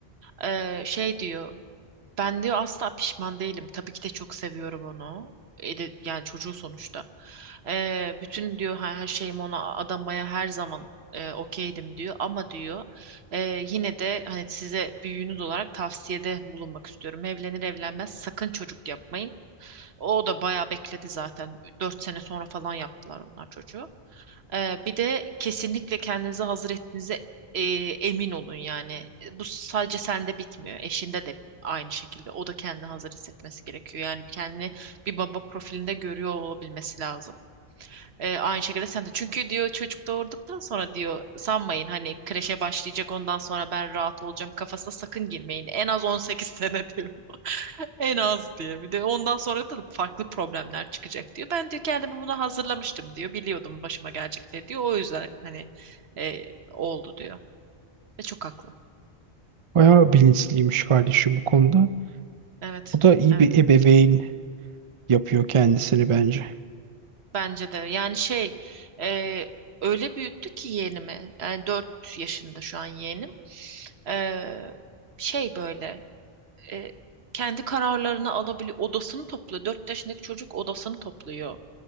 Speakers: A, on the right (about 70°); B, on the right (about 40°).
A: Ee, şey diyor. Ben diyor asla pişman değilim. Tabii ki de çok seviyorum onu. E de- yani çocuğu sonuçta. Ee, bütün diyor her her şeyimi ona adamaya her zaman e, okeydim diyor. Ama diyor e, yine de hani size büyüğünüz olarak tavsiyede bulunmak istiyorum. Evlenir evlenmez sakın çocuk yapmayın. O da bayağı bekledi zaten. 4 sene sonra falan yaptılar onlar çocuğu. Ee, bir de kesinlikle kendinizi hazır ettiğinize e, emin olun yani. Bu sadece sende bitmiyor. Eşinde de aynı şekilde. O da kendini hazır hissetmesi gerekiyor. Yani kendini bir baba profilinde görüyor olabilmesi lazım. Ee, aynı şekilde sen de. Çünkü diyor çocuk doğurduktan sonra diyor sanmayın hani kreşe başlayacak ondan sonra ben rahat olacağım kafasına sakın girmeyin. En az 18 <laughs> sene diyor. En az diye. Bir de ondan sonra da farklı problemler çıkacak diyor. Ben diyor kendimi buna hazırlamıştım diyor. Biliyordum başıma gelecekleri diyor. O yüzden hani e, oldu diyor. Ve çok haklı.
B: Bayağı bilinçliymiş kardeşim bu konuda.
A: Evet.
B: O da iyi
A: Evet.
B: bir ebeveyn yapıyor kendisini bence.
A: Bence de. Yani şey e, öyle büyüttü ki yeğenimi. Yani dört yaşında şu an yeğenim. E, şey böyle. e, kendi kararlarını alabiliyor. Odasını topluyor. dört yaşındaki çocuk odasını topluyor.